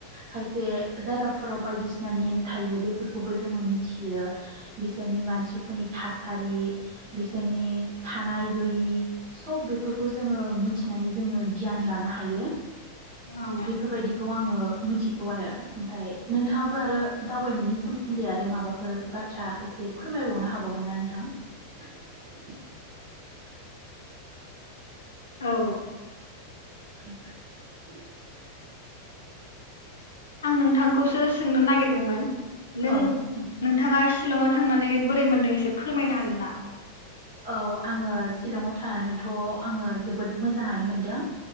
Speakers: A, on the right; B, on the left.
A: खायसे जे जायगाफोराव बायदिसिना नेम थायो बेफोरखौबो जोङो मिथियो बिसोरनि मानसिफोर थासारि बिसोरनि थानाय गैयि सब बेफोरखौ जोङो मिथि नानै जोङो गियान लानो हायो
B: औ
A: बेफोरबायदिखौ आङो मिथिगौ आरो ओमफाय नोंथाङाबो आरो दावबायनायनि सोमोन्दै आरो माबाफोर बाथ्रा एसे फोरमायबावनो हाब बावगोन ना नोंथां ।
B: औ
A: <inaudible>
B: आं नोंथांखौसो सोंनो नागिरदोंमोन?
A: औ
B: नों
A: नोंथां।
B: नोंथाङा शिलंआव थांनानै बोरै मोनदों एसे फोरमायनो हागोन ना?
A: औ आङो शिलंआव थानानैथ' आङो जोबोद मोजाङानो मोनदों ।